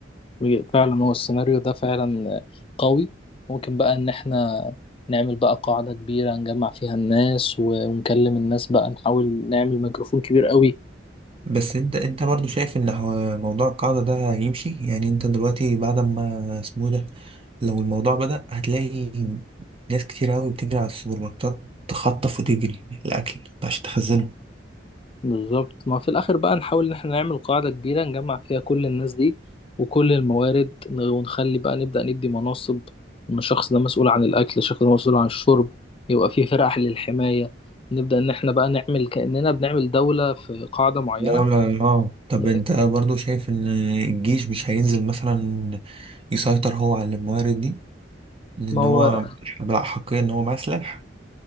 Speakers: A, on the left; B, on the right.
A: دي فعلا هو السيناريو ده فعلا قوي ممكن بقى ان احنا نعمل بقى قاعدة كبيرة نجمع فيها الناس ونكلم الناس بقى نحاول نعمل ميكروفون كبير قوي
B: بس انت انت برضو شايف ان هو موضوع القاعدة ده يمشي يعني انت دلوقتي بعد ما اسمه إيه ده لو الموضوع بدأ هتلاقي ناس كتير قوي بتجري على السوبر ماركتات تخطف وتجري الاكل عشان تخزنه
A: بالظبط ما في الاخر بقى نحاول ان احنا نعمل قاعدة كبيرة نجمع فيها كل الناس دي وكل الموارد ونخلي بقى نبدأ ندي مناصب ان الشخص ده مسؤول عن الاكل الشخص ده مسؤول عن الشرب يبقى في فرق للحماية نبدأ ان احنا بقى نعمل كأننا بنعمل دولة في قاعدة معينة
B: دولة اه طب
A: بحيث
B: انت برضو شايف ان الجيش مش هينزل مثلا يسيطر هو على الموارد دي لأن
A: ما هو
B: هو بلا حقيا إن هو مسلح